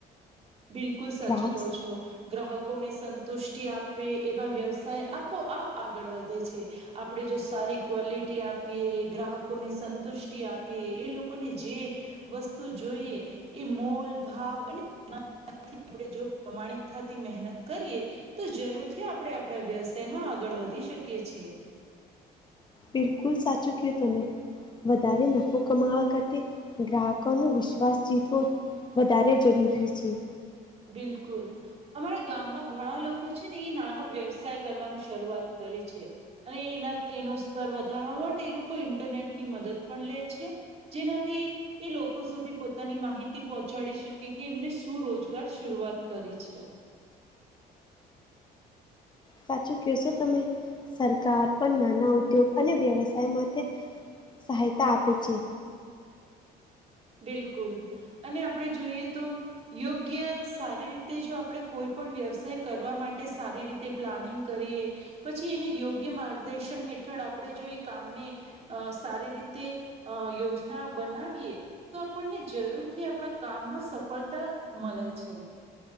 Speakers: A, on the right; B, on the left.
A: બિલકુલ સચ
B: ગ્રાહક
A: કહો છો ગ્રાહકોને સંતુષ્ટિ આપે એવા વ્યવસાય આપોઆપ આગળ વધે છે આપણે જો સારી ક્વોલિટી આપીએ ગ્રાહકોને સંતુષ્ટિ આપીએ એ લોકોને જે વસ્તુ જોઈએ એ મોલ ભાવ અને થી આપણે જો પ્રમાણિકતાતી મહેનત કરીએ તો જરૂરથી આપણે આપણા વ્યવસાયમાં આગળ વધી શકીએ છીએ
B: બિલકુલ સાચું ક્યું તમે વધારે નફો કમાવા કરતા ગ્રાહકોનો વિશ્વાસ જીતવો વધારે જરૂરી છે
A: બિલકુલ અમારા ગામમાં ઘણા લોકો છે ને એ નાનો વ્યવસાય કરવાનું શરૂઆત કરી છે અને એના એનું સ્તર વધારવા માટે એ લોકો ઇન્ટરનેટની મદદ પણ લે છે જેનાથી એ લોકો સુધી પોતાની માહિતી પહોંચાડી શકે કે એમને શું રોજ શરૂઆત કરી છે
B: સાચું કહશો તમે સરકાર પણ નાના ઉદ્યોગ અને વ્યવસાય માટે સહાયતા આપે છે
A: બિલકુલ અને આપડણે જોઈએ તો યોગ્ય સારી રીતે જો આપણે કોઈ પણ વ્યવસાય કરવા માટે સારી રીતે પ્લાનિંગ કરીએ પછી એને યોગ્ય માર્ગદર્શન હેઠળ આપણે જો એ કામને અ સારી રીતે અ યોજના બનાવીએ તો આપણને જરૂર થી આપણા કામમાં સફળતા મળે છે